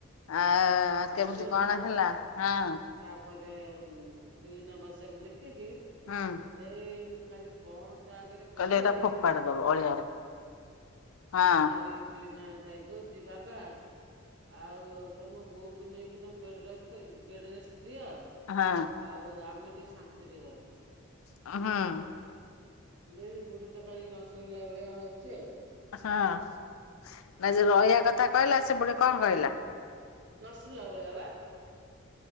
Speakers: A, on the left; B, on the right.
A: ଆ
B: ହଁ
A: କେମିତି
B: ଶୁଣୁନୁ
A: କଣ ହେଲା ହଁ।
B: ତାପରେ ଚୁଇନା ବସକୁ ଦେଖିକି।
A: ହଁ।
B: ଦେଇ ମୁଁ ଖାଲି କଣ ତା ଆଗରେ କହିବି
A: କଇଲି ଏଟା ଫୋପଡ଼ି ଦବ ଅଳିଆରେ। ହଁ
B: ମୁଁ କହିଲି ଚୁଇନା ଥାଇ କହୁଛି ବାବା ଆଉ ତମେ ବୋଉ କୁ ନେଇକି ତମେ ବେଡ ରେ ବେଡ ରେଷ୍ଟ ଦିଅ।
A: ହଁ।
B: ଆଉ ଆମେ ଟିକେ ଶାନ୍ତିରେ ରହୁ ଆ
A: ହଁ।
B: ଯେ ବୁଢ଼ୀ ତ କାଇଁ ନ ଶୁଣିଲା ଭଳିଆ ହଉଛି ଆଉ।
A: ହଁ। ନା ଯଉ ରହିବା କଥା କହିଲା ସେପଟେ କଣ କହିଲା?
B: ନ ଶୁଣିଲା ଭଳିଆ ବା।